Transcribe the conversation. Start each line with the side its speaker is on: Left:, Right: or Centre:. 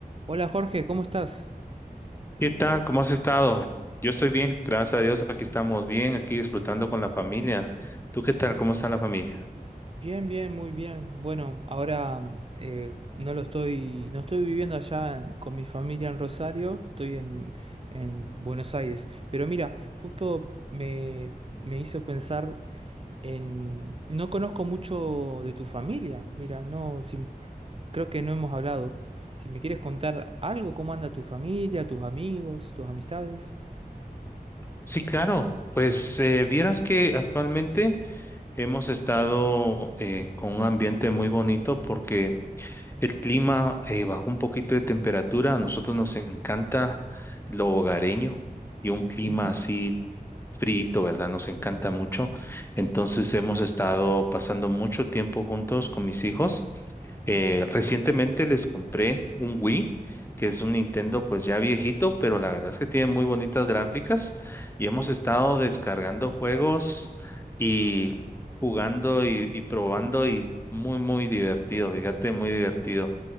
Right: Hola Jorge, ¿cómo estás?
Left: ¿Qué tal? ¿Cómo has estado? Yo estoy bien, gracias a Dios, aquí estamos bien, aquí disfrutando con la familia. ¿Tú qué tal? ¿Cómo está la familia?
Right: Bien, bien, muy bien. Bueno, ahora mm, eh, no lo estoy, no estoy viviendo allá en- con mi familia en Rosario, estoy en, en Buenos Aires. Pero mira, justo me, me hizo pensar en... No conozco mucho de tu familia, mira, no, si- creo que no hemos hablado. Si me quieres contar algo, cómo anda tu familia, tus amigos, tus amistades.
Left: Sí, claro. Pues eh, vieras que actualmente hemos estado eh, con un ambiente muy bonito porque el clima eh, bajó un poquito de temperatura. A nosotros nos encanta lo hogareño y un clima
Right: Ujú.
Left: así frito, ¿verdad? Nos encanta mucho. Entonces hemos estado pasando mucho tiempo juntos con mis hijos. Eh, recientemente les compré un Wii, que es un Nintendo pues ya viejito, pero la verdad es que tiene muy bonitas gráficas y hemos estado descargando juegos y jugando y, y probando y muy, muy divertido, fíjate, muy divertido.